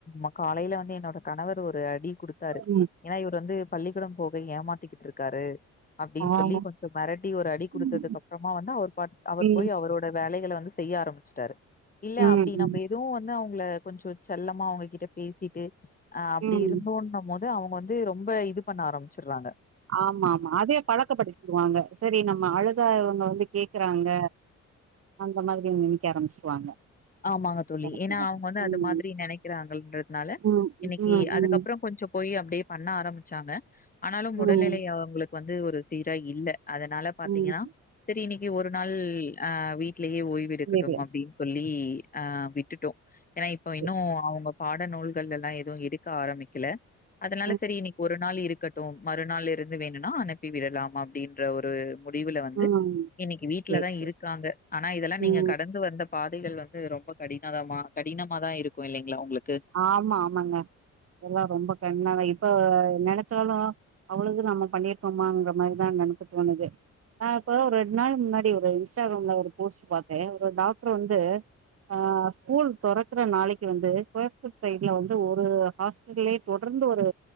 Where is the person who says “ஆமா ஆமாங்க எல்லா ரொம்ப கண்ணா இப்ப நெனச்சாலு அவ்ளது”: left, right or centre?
Right